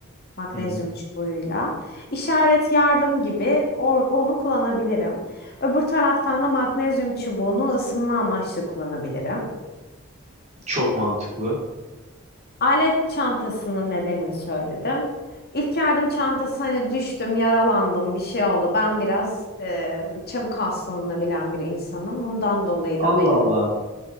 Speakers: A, on the left (about 45°); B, on the right (about 30°).
A: Magnezyum
B: Hı hı.
A: çubuğuyla. İşaret yardım gibi or- onu kullanabilirim. Öbür taraftan da magnezyum çubuğunu ısınma amaçlı kullanabilirim.
B: Çok mantıklı.
A: Alet çantasının nedenini söyledim. İlk yardım çantası hani düştüm, yaralandım, bir şey oldu. Ben biraz e, çabuk hastalanabilen bir insanım. Ondan dolayı
B: Allah
A: da benim
B: Allah.